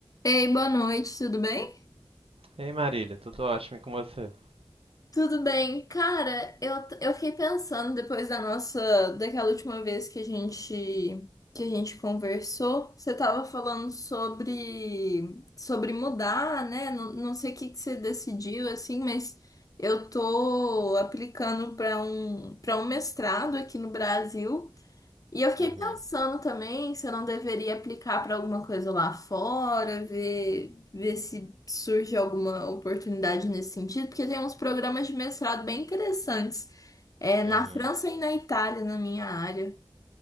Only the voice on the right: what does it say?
Ei Marília, tudo ótimo e com você?
Uhum,
uhum.